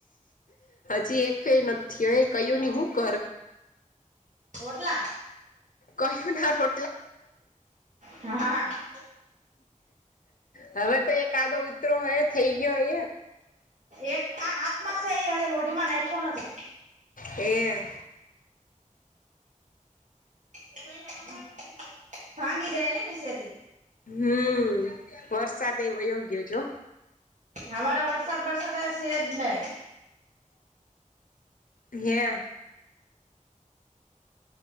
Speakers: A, on the left; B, on the right.
A: હજી એકેય નત થીયઈ કયું ની હું <unintelligible>
B: રોટલા.
A: કહ્યુના <unintelligible>
B: હા-હા-હા
A: હવે તો એ કાદો ઉતરો હય થઈ ગયો હય.
B: એક આ હાથમાં છે, <unintelligible> લોઢીમાં નાખો નથી.
A: એ.
B: <unintelligible> ભાંગી જાય ને નીચેથી.
A: હમ્મ વરસાદ એ <unintelligible> ગયો જો.
B: હમાર વરસાદ બરસાદ શે જ નહી.
A: <unintelligible>